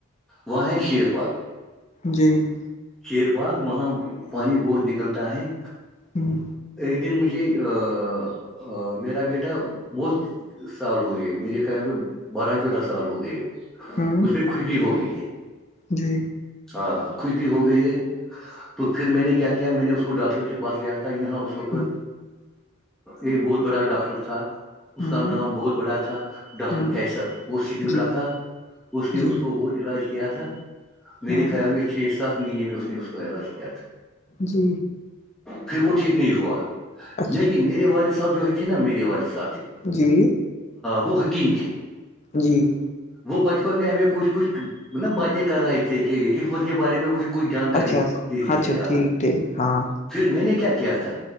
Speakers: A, in the centre; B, on the left.
A: وہاں ہے شیر باغ
B: جی ج
A: شیر باغ وہاں پانی بہت نکلتا ہے
B: ہوں
A: ایک دن مجھے ا میرا بیٹا بہت سال ہو گئے میرے خیال میں بارہ چودہ سال ہو گئے
B: ہوں
A: اس میں کش بھی ہو گئی ہے
B: جی
A: ہاں کچھ بھی ہو گئی ہے تو پھر میں نے کیا میں نے اس کو ڈاکٹر کے پاس لیا تھا یہاں اس وقت
B: ہوں
A: ایک بہت بڑا ڈاکٹر تھا اس
B: ہاں
A: کا نام بہت بڑا تھا ڈاکٹر
B: ہاں
A: کیسر وہ سکن
B: جی
A: کا تھا اس نے
B: جی
A: اس کو بہت علاج کیا کیا تھا میرے
B: ہاں
A: خیال میں چھ سات مہینے میں اس نے اس کا علاج کیا تھا
B: جی
A: پھر وہ ٹھیک نہیں ہوا
B: اچھا
A: لیکن میرے والد صاحب جو ہے تھے نا میرے والد صاحب تھی
B: جی
A: وہ حکیم تھے
B: جی
A: وہ بچپن میں ہمیں کچھ کچھ نا باتیں کر رہے تھے کہ حکمت کے بارے میں کچھ کچھ جانکاری
B: اچھا
A: دیج
B: اچھا
A: چاہے
B: ٹھیک ٹھیک ہاں
A: پھر میں نے کیا کیا تھا